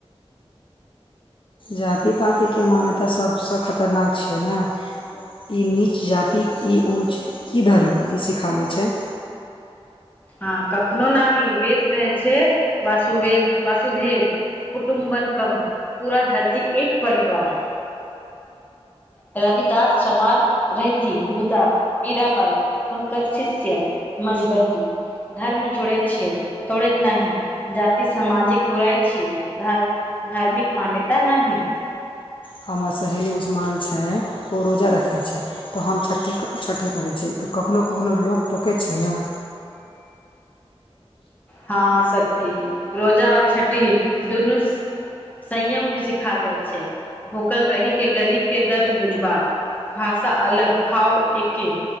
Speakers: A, on the left (about 55°); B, on the left (about 15°).
A: जाति पाति केँ मान्यता सभसँ खतरनाक छै नऽ ई नीच जातिक ई ऊँच की धर्म ई सिखाबै छै
B: हँ कखनो नहि वेद कहै छै वासुवेद वासुदेव कुटुम्बकम् पूरा धरती एक परिवार रविदास चमार रहथी मुदा मीराबाई हुनकर शिष्य मन बनली धर्म जुड़ैत छै तोड़ैत नहि जाति सामाजिक बुराइ छै ध धार्मिक मान्यता नाहि
A: हमर सहेली मुसलमान छै ओ रोजा रखै छै तऽ हम छठि छठि करै छी तऽ कखनो कखनो लोक टोकैत छै नऽ
B: हँ सखी रोजा छठी दुनू संयम भी सिखाबैत छै भूखल रहि के गरीब के दर्द बुझबाक भाषा अलग भाव एके